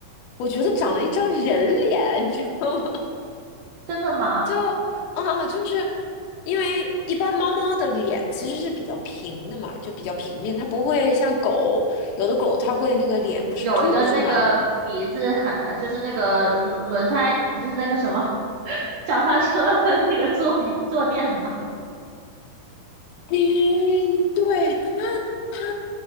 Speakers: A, on the left (about 80°); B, on the right (about 75°).
A: 我觉得长了一张人脸，你知道吗？
B: 真的吗？
A: 就啊，就是因为一般猫猫的脸其实是比较平的嘛，就比较平面，它不会像狗，有的狗它会那个脸不是凸出去嘛。
B: 有一个那个鼻子很很就是那个轮轮胎就是那个什么 <laughs> 脚踏车的那个座椅坐垫嘛，
A: 诶，对，它它，